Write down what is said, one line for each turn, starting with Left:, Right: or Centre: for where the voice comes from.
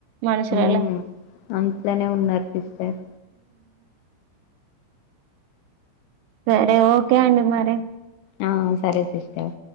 Right: మనషూ
Left: ఉమ్
Right: లల్ల
Left: అట్లనే ఉన్నారు సిస్టర్
Right: సరే ఓకే అండి మరి
Left: ఆ సరే సిస్టర్